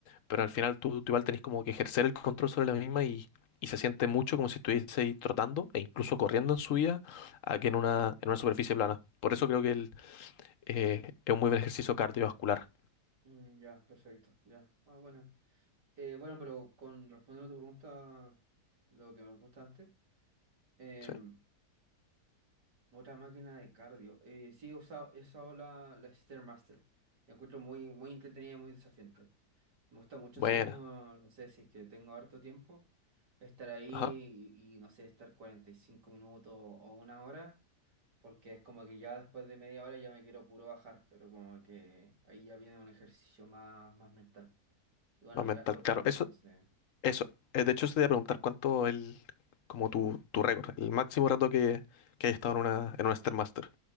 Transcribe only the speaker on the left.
pero al final tú, tú igual tenés como que ejercer el control sobre la misma y, y se siente mucho como si estuvieseis trotando e incluso corriendo en su vida a que en una, en una superficie plana. Por eso creo que el, eh, es un muy buen ejercicio cardiovascular.
¿Sí?
Buena.
Ajá.
Más mental,
claro.
Eso,
eso. Eh, de hecho, se te iba a preguntar cuánto el, como tu, tu récord, el máximo rato que, que hayas estado en una, en
una Stairmaster.